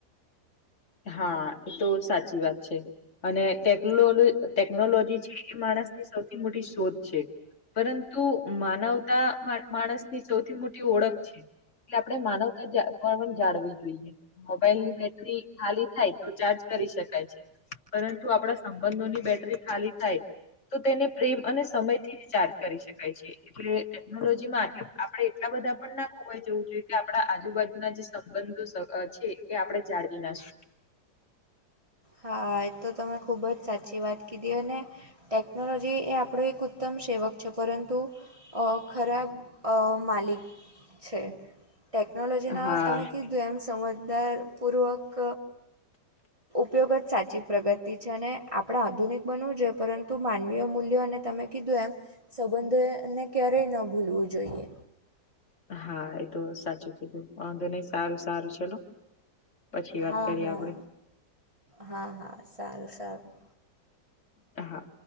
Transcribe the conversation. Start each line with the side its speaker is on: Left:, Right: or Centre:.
Left: હા એ તો સાચી વાત છે અને ટેકલોલો ટેકનોલોજી છે એ માણસની સૌથી મોટી શોધ છે. પરંતુ માનવતા મા માણસ ની સૌથી મોટી ઓળખ છે. એટલે આપણે માનવતા જા <unintelligible> પણ જાળવી જોઈએ મોબાઈલ ની બેટરી ખાલી થાય તો ચાર્જ કરી શકાય છે પરંતુ આપણા સંબંધોની બેટરી ખાલી થાય તો તેને પ્રેમ અને સમયથી રીચાર્જ કરી શકાય છે. એટલે ટેકનોલોજીમાં આટલું આપડે એટલા બધા પણ ના ખોવાય જવું જોઈએ કે આપડા આજુબાજુના જે સંબંધો સ અ છે એ આપણે જાળવી ના શ
Right: હા એ તો તમે ખૂબ જ સાચી વાત કીધી અને ટેકનોલોજી એ આપણો એક ઉત્તમ સેવક છે પરંતુ અહ ખરાબ અહ માલિક છે. ટેકનોલોજીના
Left: હા
Right: તમે કીધું એમ સમજદારપૂર્વક ઉપયોગ જ સાચી પ્રગતિ છે અને આપણા આધુનિક બનવું જોઈએ પરંતુ માનવીય મૂલ્યો અને તમે કીધું એમ સંબંધો એ એને ક્યારેય ન ભૂલવું જોઈએ.
Left: હા એ તો સાચું કીધુંં વાંધો નઈ સારું સારું ચલો પછી વાત
Right: હા
Left: કરીએ
Right: હા
Left: આપડે.
Right: હા હા સારું સારું.
Left: હા.